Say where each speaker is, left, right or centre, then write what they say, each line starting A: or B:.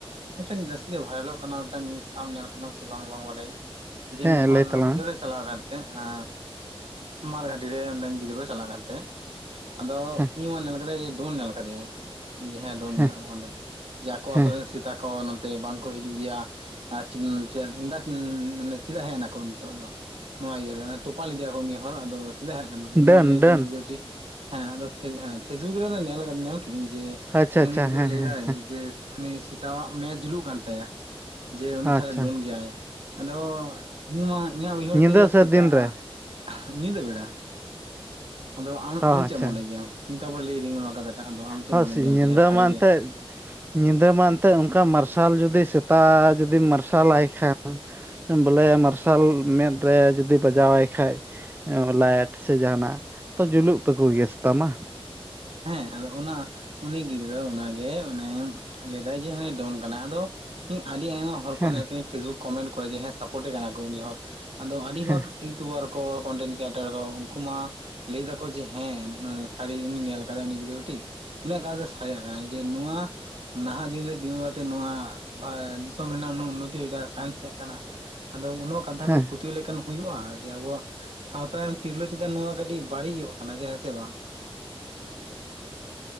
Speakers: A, on the right; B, on the right.
A: ᱢᱤᱴᱟᱝ ᱡᱟᱹᱥᱛᱤᱜ ᱜᱮ ᱵᱷᱟᱭᱨᱟᱞᱚᱜ ᱠᱟᱱᱟ ᱢᱤᱫᱴᱟᱝ ᱡᱤᱱᱤᱥ ᱟᱢ ᱧᱮᱞ ᱟᱠᱟᱫᱟᱢ ᱥᱮ ᱵᱟᱝ ᱵᱟᱝ ᱵᱟᱰᱟᱭᱟᱹᱧ ᱡᱮ
B: ᱦᱮᱸ
A: ᱢᱤᱦᱚᱨ
B: ᱞᱟᱹᱭ ᱛᱟᱞᱟᱝ
A: ᱤᱭᱟᱹᱼᱨᱮ
B: ᱢᱮ
A: ᱪᱟᱞᱟᱣ ᱠᱟᱛᱮᱜ ᱟ ᱢᱟᱨ ᱜᱷᱟᱴᱤᱨᱮ ᱨᱮ ᱚᱸᱰᱮ ᱜᱤᱫᱽᱨᱟᱹ ᱪᱟᱞᱟ ᱠᱟᱛᱮᱜ ᱟᱫᱚ
B: ᱦᱮᱸ
A: ᱩᱱᱤᱢᱟ ᱧᱮᱞ ᱠᱟᱫᱮᱜᱤᱭᱟᱹᱧ ᱰᱷᱩᱱ ᱧᱮᱞ ᱠᱟᱫᱮᱭᱟᱹᱧ ᱡᱟᱦᱟᱸᱭ ᱰᱚᱱ
B: ᱦᱮᱸ
A: ᱢᱮᱱᱟᱜ ᱠᱚᱣᱟ ᱚᱸᱰᱮ ᱡᱮ ᱟᱠᱚ
B: ᱦᱮᱸ
A: ᱨᱮᱱ ᱥᱮᱛᱟ ᱠᱚ ᱱᱚᱛᱮ ᱵᱟᱝᱠᱚ ᱦᱤᱡᱩᱜ ᱜᱮᱭᱟ, ᱟᱨ ᱪᱮᱱ ᱪᱮᱫᱟᱜ ᱩᱸᱪᱮᱫᱟᱜ ᱦᱮᱜ ᱮᱱᱟᱠᱚ? ᱱᱤᱛᱚᱜ ᱫᱚ ᱱᱚᱣᱟ ᱤᱭᱟᱹ ᱛᱚᱯᱟ ᱞᱮᱫᱮᱭᱟᱼᱠᱚ ᱢᱤᱜ ᱦᱚᱨ ᱟᱫᱚ ᱪᱮᱫᱟᱜ ᱦᱮᱜ ᱟᱠᱟᱱᱟᱠᱚ? ᱩᱱ
B: ᱰᱟᱹᱱ
A: ᱢᱟᱭ ᱞᱟᱹᱭ
B: ᱰᱟᱹᱱ
A: ᱛᱚ ᱩᱱᱤ ᱠᱟᱹᱴᱤ ᱦᱮᱸ ᱟᱫᱚ ᱯᱷᱮ ᱯᱷᱮᱥᱵᱩᱠ ᱨᱮᱫᱚ ᱱᱮᱞ ᱱᱮᱞᱼᱠᱤᱫᱤᱧ ᱡᱮ
B: ᱟᱪᱪᱷᱟ ᱟᱪᱪᱷᱟ
A: ᱩᱱᱤ ᱜᱤᱫᱽᱨᱟᱹ
B: ᱦᱮᱸ
A: ᱞᱟᱹᱭᱫᱟᱭ
B: ᱦᱮᱸ
A: ᱡᱮ ᱩᱱᱤ ᱥᱮᱛᱟᱣᱟᱜ ᱢᱮ ᱡᱩᱞᱩᱜ ᱠᱟᱱ ᱛᱟᱭᱟ ᱡᱮ ᱩᱱᱤ ᱛᱟᱦᱞᱮ
B: ᱟᱪᱪᱷᱟ
A: ᱰᱳᱱ ᱜᱮᱭᱟᱭ ᱟᱫᱚ ᱤᱧ ᱢᱟ ᱤᱧᱟᱹᱜ ᱩᱭᱦᱟᱹᱨ
B: ᱧᱤᱫᱟᱹ
A: ᱛᱮ
B: ᱥᱮ
A: ᱥᱮᱛᱟᱜᱼᱟ
B: ᱫᱤᱱ ᱨᱮ
A: ᱧᱤᱫᱟᱹ ᱵᱮᱲᱟ ᱟᱫᱚ ᱟᱢ
B: ᱦᱚᱸ
A: ᱟᱢ
B: ᱟᱪᱪᱷᱟ
A: ᱪᱮᱜ ᱢᱚᱱᱮ ᱜᱮᱭᱟᱢ ᱤᱧ ᱛᱟᱯᱚᱨᱮ ᱞᱟᱹᱭᱟᱫᱤᱧ ᱚᱱᱟ ᱠᱟᱛᱷᱟᱴᱟᱜ ᱟᱫᱚ ᱟᱢ ᱪᱮᱜ
B: ᱦᱚᱸ
A: ᱢᱚᱱᱮ ᱜᱮᱭᱟᱢ?
B: ᱧᱤᱫᱟᱹ
A: ᱡᱮ ᱦᱮ ᱥᱟᱹᱨᱤᱜ
B: ᱢᱟ
A: ᱜᱮ᱾
B: ᱮᱱᱛᱮᱫ ᱧᱤᱫᱟᱹ ᱢᱟ ᱮᱱᱛᱮᱜ ᱚᱱᱠᱟ ᱢᱟᱨᱥᱟᱞ ᱡᱩᱫᱤ ᱥᱮᱛᱟ ᱡᱩᱫᱤᱢ ᱢᱟᱨᱥᱟᱞᱟᱭ ᱠᱷᱟᱱ ᱵᱚᱞᱮ ᱢᱟᱨᱥᱟᱞ ᱢᱮᱫ ᱨᱮ ᱡᱩᱫᱤ ᱵᱟᱡᱟᱣᱟᱭ ᱠᱷᱟᱡ ᱮ ᱵᱚᱞᱮᱼᱞᱟᱭᱮᱴ ᱥᱮ ᱡᱟᱦᱟᱱᱟᱜ ᱛᱚ ᱡᱩᱞᱩᱜ ᱛᱟᱠᱚ ᱜᱮᱭᱟ ᱥᱮᱛᱟᱢᱟ᱾
A: ᱦᱮᱸ ᱟᱫᱚ ᱚᱱᱟ ᱩᱱᱤ ᱜᱤᱫᱽᱨᱟᱹ ᱚᱱᱟᱜᱮ ᱚᱱᱮ ᱞᱟᱹᱭᱫᱟᱭ ᱡᱮ ᱦᱮ ᱰᱳᱱ ᱠᱟᱱᱟᱭ ᱟᱫᱚ ᱤᱧ ᱟᱹᱰᱤ ᱟᱭᱢᱟ ᱦᱚᱲ
B: ᱦᱮᱸ
A: ᱠᱚ ᱧᱮᱞ ᱠᱟᱹᱧ ᱯᱷᱮᱥᱵᱩᱠ ᱠᱚᱢᱮᱱᱴ ᱠᱚᱨᱮ ᱡᱮ ᱦᱮᱸ ᱥᱟᱯᱚᱨᱴᱮ ᱠᱟᱱᱟ ᱠᱚ ᱩᱱᱤ ᱦᱚᱲ ᱟᱫᱚ ᱟᱹᱰᱤ
B: ᱦᱮᱸ
A: ᱦᱚᱲ ᱴᱩᱳᱨ ᱠᱚ ᱠᱚᱱᱴᱮᱱ ᱠᱨᱤᱭᱮᱴᱟᱨ ᱠᱚ ᱩᱱᱠᱩ ᱢᱟ ᱞᱟᱹᱭ ᱫᱟᱠᱚ ᱡᱮ ᱦᱮᱸ ᱥᱟᱹᱨᱤ ᱩᱱᱤ ᱧᱮᱞ ᱠᱟᱨᱮ ᱩᱱᱤ ᱜᱤᱫᱽᱟᱹᱨ ᱴᱷᱤ ᱩᱱᱤᱭᱟᱜ ᱠᱟᱛᱷ ᱫᱚ ᱥᱟᱭ ᱮᱢᱮᱼᱟ ᱡᱮ ᱱᱚᱣᱟ ᱱᱟᱦᱟᱜ ᱫᱤᱱ ᱨᱮ ᱛᱤᱸᱜᱩ ᱠᱟᱛᱮ ᱱᱚᱣᱟ ᱵᱷᱟᱨ ᱫᱤᱥᱚᱢ ᱨᱮᱱᱟᱜ ᱩᱱᱼᱩᱱᱱᱚᱛᱤ ᱦᱩᱭ ᱠᱚᱣᱟ ᱥᱟᱭᱮᱸᱥ ᱛᱮᱜ ᱠᱟᱱᱟ ᱟᱫᱚ ᱩᱱᱳᱜ ᱠᱟᱛᱷᱟ
B: ᱦᱮᱸ
A: ᱠᱚ ᱯᱩᱛᱷᱭᱟᱹ ᱞᱮᱠᱷᱟᱱ ᱦᱩᱭᱩᱜᱼᱟ ᱡᱮ ᱟᱵᱚᱣᱟᱜ ᱥᱟᱶᱛᱟ ᱨᱮ ᱛᱤᱨᱞᱟᱹ ᱪᱮᱛᱟᱱ ᱱᱚᱣᱟ ᱠᱟᱹᱴᱤᱡ ᱵᱟᱹᱲᱤᱡ ᱦᱩᱭᱩᱜ ᱠᱟᱱᱟ ᱡᱮ ᱦᱮᱸᱥᱮ ᱵᱟᱝ?